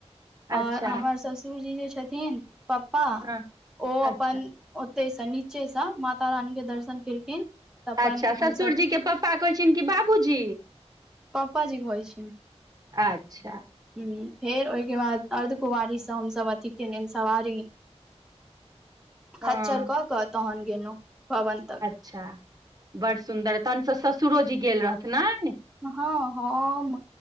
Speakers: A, in the centre; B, on the right (about 35°).
A: आओर
B: अच्छा
A: हमर ससुरजी जे छथिन पपा
B: हँ
A: ओ
B: अच्छा
A: अपन ओते से नीचे से माता रानी के दर्शन केलखिन तऽ अपन
B: अच्छा
A: हमसभ
B: ससुरजीके पपा कहै छीयैन कि बाबूजी
A: पपा जी कहै छीयैन
B: अच्छा
A: हूँ फेर ओईके बाद अर्धकुवारीसँ हमसब अथि केनेनि सवारी
B: <inaudible> हँ
A: खच्चर कऽ कऽ तहन गेनौ भवन तक
B: अच्छा बड़ सुन्दर तहनसँ ससुरो जी गेल रहथि नाय
A: हँ हम